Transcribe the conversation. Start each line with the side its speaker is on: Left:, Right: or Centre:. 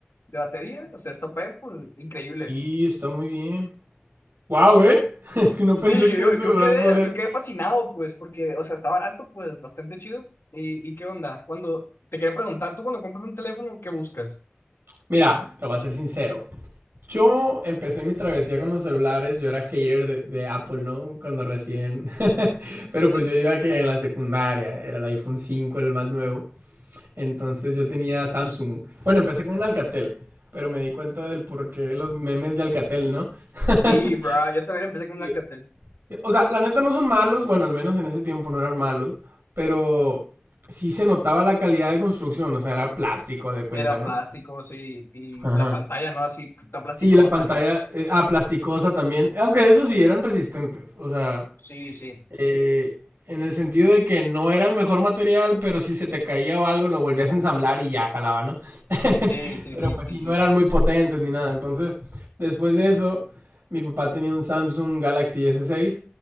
Left: de batería, o sea, está pe- pues, increíble.
Right: Sí, está muy bien. Wow, ¿eh? <laughs> No
Left: Y
Right: pensé
Left: Sí, yo,
Right: que
Left: yo,
Right: un celular
Left: yo quedé,
Right: podría...
Left: yo quedé fascinado, pues, porque, o sea, está barato, pues, bastante chido. ¿Y, y qué onda? Cuando, te quería preguntar, tú cuando compras un teléfono, ¿qué buscas?
Right: Mira, te voy a ser sincero. Yo empecé mi travesía con los celulares, yo era hater de, de Apple, ¿no? Cuando recién, <laughs> pero
Left: ¿Sí?
Right: pues yo iba que en la secundaria, era el iPhone 5, el más nuevo, entonces yo tenía Samsung. Bueno, empecé con un Alcatel, pero me di cuenta del por qué los memes de Alcatel, ¿no? <laughs>
Left: Sí, bro, yo también empecé con
Right: Y-
Left: un Alcatel.
Right: O sea, la neta no son malos, bueno, al menos en ese tiempo no eran malos, pero sí se notaba la calidad de construcción, o sea, era plástico de cuenta,
Left: Era
Right: ¿no?
Left: plástico, sí, y
Right: Ajá.
Left: la pantalla, ¿no? Así, tan plasticosa,
Right: Sí, la pantalla,
Left: ¿no?
Right: eh, ah, plasticosa también, aunque eso sí eran resistentes, o sea,
Left: Sí, sí,
Right: eh, en el sentido de que no era el mejor material, pero si se te caía o algo lo volvías a ensamblar y ya jalaba, ¿no? <laughs>
Left: sí, sí,
Right: Pero
Left: sí,
Right: pues
Left: sí,
Right: sí,
Left: sí,
Right: no eran muy potentes ni nada, entonces después de eso, mi papá tenía un Samsung Galaxy S6